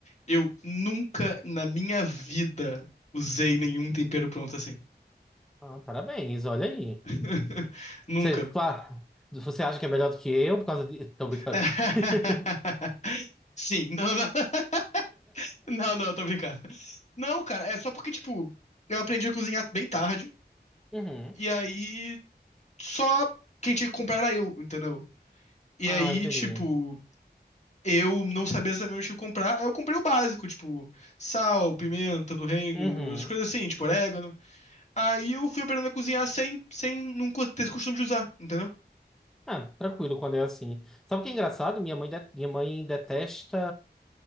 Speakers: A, on the left; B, in the centre.
A: Eu nunca na minha vida usei nenhum tempero pronto assim.
B: Ah, parabéns, olha aí.
A: <laughs> Nunca.
B: Você, claro, você acha que é melhor do que eu por causa de... <laughs> Tô brincando.
A: <laughs>
B: <laughs>
A: Sim, não, não, <laughs> não, não, tô brincando. Não, cara, é só porque, tipo, eu aprendi a cozinhar bem tarde,
B: Uhum.
A: e aí só quem tinha que comprar era eu, entendeu? E
B: Ah,
A: aí,
B: entendi.
A: tipo, eu não sabia exatamente o que comprar. Aí eu comprei o básico, tipo, sal, pimenta do reino,
B: Uhum.
A: as coisas assim, tipo, orégano. Aí eu fui aprendendo a cozinhar sem, sem nunca ter esse costume de usar, entendeu?
B: Ah, tranquilo quando é assim. Sabe o que é engraçado? Minha mãe, de- minha mãe detesta